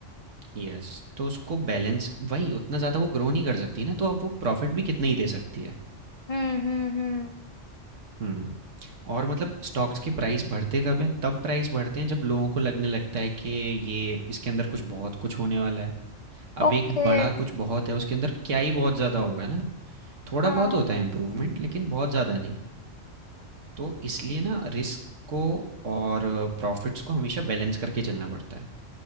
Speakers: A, on the right; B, on the left.
A: यस तो उसको बैलेंस वही उतना ज़्यादा वो ग्रो नहीं कर सकती ना तो अब वो प्रॉफिट भी कितना ही दे सकती है
B: हम्म हम्म हम्म
A: हम्म और मतलब स्टॉक्स के प्राइस बढ़ते कब हैं तब प्राइस बढ़ते हैं जब लोगों को लगने लगता है कि ये इसके अंदर कुछ बहुत कुछ होने वाला है अब
B: ओके
A: एक बड़ा कुछ बहुत है उसके अंदर क्या ही बहुत ज़्यादा होगा ना थोड़ा
B: हाँ
A: बहुत होता है इम्प्रूवमेंट लेकिन बहुत ज़्यादा नहीं तो इसलिए ना रिस्क को और प्रॉफिट्स को हमेशा बैलेंस करके चलना पड़ता है।